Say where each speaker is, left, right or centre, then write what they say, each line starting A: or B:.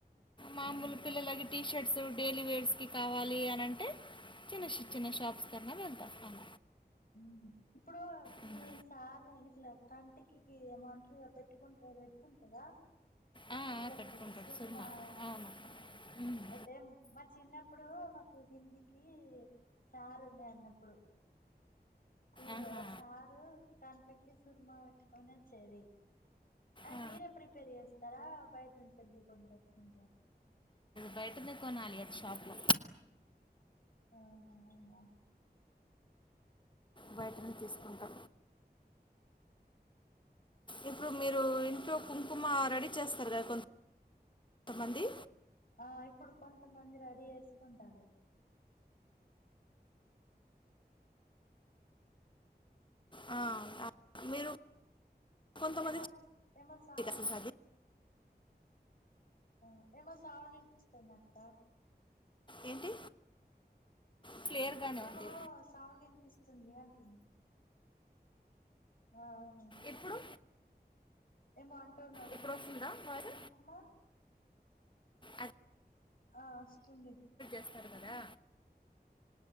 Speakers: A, on the left; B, on the left.
A: మామూలు
B: మ్మ్
A: పిల్లలకి టీషర్స్ డైలీ వేర్స్ కావాలి అనంటే చిన్న చి చిన్న షాప్స్ కన్నా వెళ్తాము అల
B: ముహు ఇప్పుడు
A: ఉమ్.
B: మీ సార్ గిట్ల కంటికి గి ఏమంటరు పెట్టుకుంటర అది పెట్టుకుంటారా
A: ఆ,
B: కండ్లకు
A: ఆ, పెట్టుకుంటాడు
B: సుర్మా
A: అవును
B: ఆ
A: ఉమ్.
B: అయితే మా చిన్నప్పుడు మా ఇగ కిందికీ సారు నే అన్నప్పుడు. స్కూర్
A: ఆహా
B: లో ఆ సారు కట్లకి సుర్మా పెట్టుకొని వచ్చేది. అది
A: ఆ.
B: మీరె ప్రిపేర్ చేస్తారా బయట నుంచి వెల్లి కొనుకచ్చుకుంటార?
A: బయటనె కొనాలి అది షాప్ లో
B: ఆహ అవునా
A: బయటనె తీసుకుంటా. ఇప్పుడు మీరు ఇంట్లో కుంకుమ రడీ చేస్తారు కదా కొన్ తమంది
B: ఆ ఇప్పుడు కొంతమంది రెడీ చేసుకుంటాన్రు.
A: ఆ, ఆ, మీరు కొంతమంది
B: ఏమ పోమ సా
A: ఇది అసలు అది
B: హు ఏమో సౌండ్ వినిపిస్తుందిఅక్క
A: ఏంటి క్లియర్ గానే
B: ఏమో
A: ఉంది
B: సౌండ్ వినిపిస్త వస్తుంది అంటుంన్నా ఆహా
A: ఇప్పుడు
B: ఏమో అంటున్నావు
A: ఇప్పుడు
B: కుం
A: వస్తుందా వాయిస్
B: కుంకుమ
A: అది
B: ఆ వస్తుంది
A: ఇస్తారు కదా